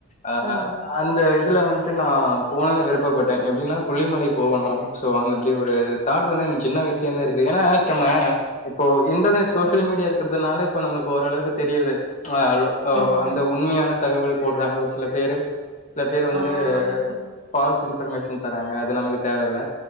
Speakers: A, on the left; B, on the right.
A: அ ஆன்
B: ஆ
A: அந்த இதுல வந் ட்டு நான் போனுனு விருப்பப்பட்டே எப்படின்னா கொல்லிமலை போகணு சோ அந்த அப்டி ஒரு தாட் வந்து எனக்கு சின்ன வயசுலேர்ந்தே இருக்கு ஏன்னா நம்ம இப்போ இன்டர்நெட் சோசியல்
B: ஆ
A: மீடியா இருக்கிறதுனால இப்போ நம்மளுக்கு ஓரளவுக்கு தெரியுது ம்ப்ச்
B: ம்
A: அந்த உண்மையான தகவல் போடுறாங்க ஒரு சில பேரு சில பேர் வந்து
B: ஆ ஆமா
A: ஃபால்ஸ் இன்ஃபர்மேஷன் தராங்க அது நமக்கு தேவயில்ல